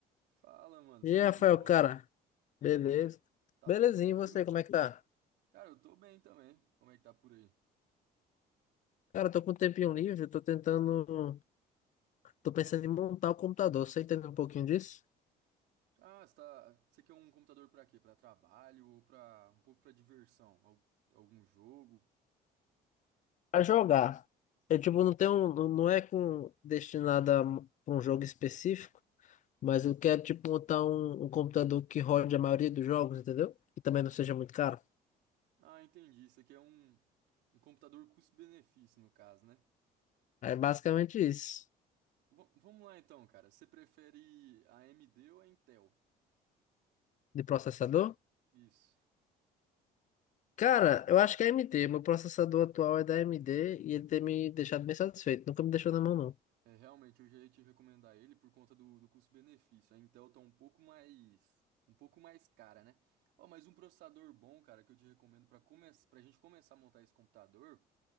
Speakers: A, on the right; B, on the left.
A: Fala, mano,
B: E
A: você
B: aí,
A: tá
B: Rafael,
A: de boa?
B: cara, beleza?
A: Tá
B: Belezinho,
A: tudo tranquilo?
B: e você, como é que tá?
A: Cara, eu tô bem também. Como é que tá por aí?
B: Cara, eu tô com um tempinho livre, tô tentando. Tô pensando em montar o computador. Você entende um pouquinho disso?
A: Ah, você tá... você quer um computador pra quê? Pra trabalho ou pra um pouco pra diversão? Al- Algum jogo?
B: Pra jogar. Eu, tipo, não tenho. Não não é com destinado a um um jogo específico, mas eu quero, tipo, montar um, um computador que rode a maioria dos jogos, entendeu? E também não seja muito caro.
A: Ah, entendi. Isso aqui é um, um computador custo-benefício, no caso, né?
B: É basicamente isso.
A: Bom, vamos lá então, cara. Você prefere a AMD ou a Intel?
B: De processador?
A: Isso.
B: Cara, eu acho que é AMD. Meu processador atual é da AMD e ele tem me deixado bem satisfeito. Nunca me deixou na mão, não.
A: É, realmente, eu já ia te recomendar ele por conta do, do custo-benefício. A Intel tá um pouco mais, um pouco mais cara, né? Ó, mas um processador bom, cara, que eu te recomendo para começar, para gente começar a montar esse computador